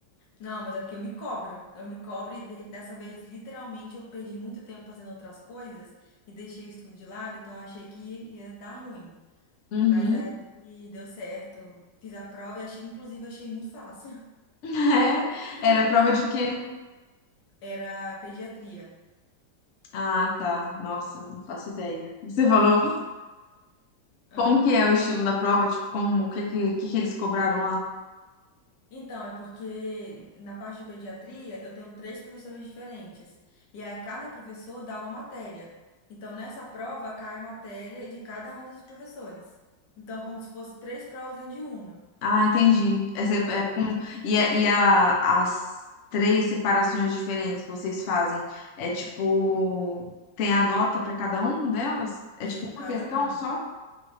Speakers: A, on the left; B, on the left.
A: Não, mas é porque eu me cobro. Eu me cobro e de- dessa vez, literalmente, eu perdi muito tempo fazendo outras coisas e deixei o estudo de lado, então eu achei que ia dar ruim.
B: Uhum.
A: Mas aí deu certo. Fiz a prova e achei, inclusive, achei muito fácil.
B: <laughs>
A: <laughs>
B: É, era prova de quê?
A: Era pediatria.
B: Ah, tá. Nossa, não faço ideia. Você falou
A: Ah.
B: como que é o estilo da prova? Tipo, como, o que que, que que eles cobraram lá?
A: Então, é porque na parte de pediatria eu tenho três professores diferentes. E aí cada professor dá uma matéria. Então, nessa prova cai a matéria de cada um desses professores. Então, é como se fosse três provas dentro de uma,
B: Ah, entendi. Essa
A: entendeu?
B: é- é com- e a- e a- as três separações diferentes que vocês fazem, é tipo, tem a nota para cada um delas?
A: Sim,
B: É tipo uma
A: cada
B: questão
A: uma.
B: só?